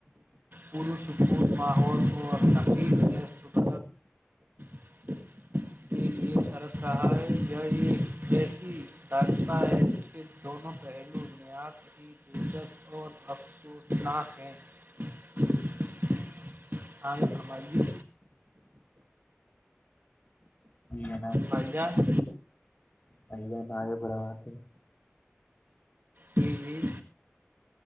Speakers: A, on the right (about 50°); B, on the left (about 40°).
A: پوسکون ماحول اور تقیق میں ست <inaudible> یہ طرس رہا ہے یہ ایک ایسی داشتا ہے جس کے دونوں پہسے پہلو نیاد ہی دلچسپ اور افسوسناک ہیں ہاں س لے
B: ن ب
A: بھائی جان
B: بھیا ن ہے پروان
A: جی جی